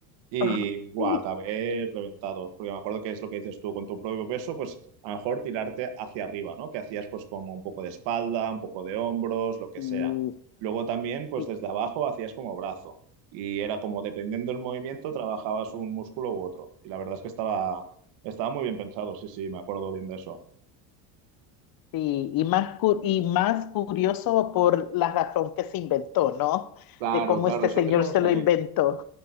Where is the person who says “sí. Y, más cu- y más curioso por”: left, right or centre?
Left